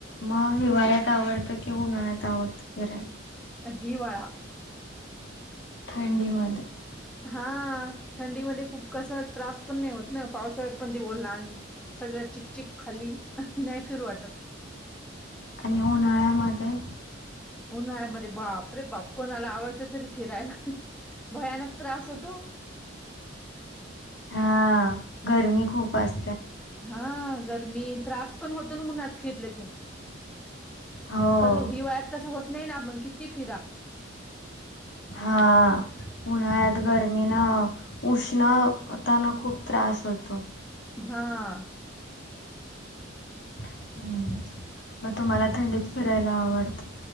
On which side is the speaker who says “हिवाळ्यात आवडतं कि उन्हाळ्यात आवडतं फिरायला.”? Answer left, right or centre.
Left